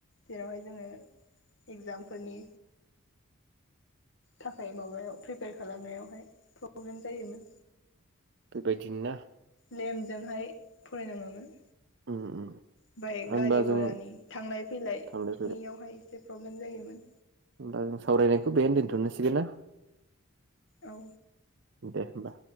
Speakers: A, on the left; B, on the right.
A: जेरावहाय जोङो इगजामफोरनि थाखाय माबायाव प्रिपेयार खालामनायावहाय प्र ब्लेम जायोमोन।
B: बेबायदि नो ना
A: लेमजोंहाय फरायनाङोमोन।
B: उम उम
A: ओमबाय
B: होनबा
A: गारि
B: जों
A: घरानि थांलाय फैलायनियावहाय
B: थांलाय
A: एसे प्रब्लेम जायोमोन।
B: होनबा जों सावरायनायखौ बेहायनो दोनथनिसै ना?
A: औ
B: दे होनबा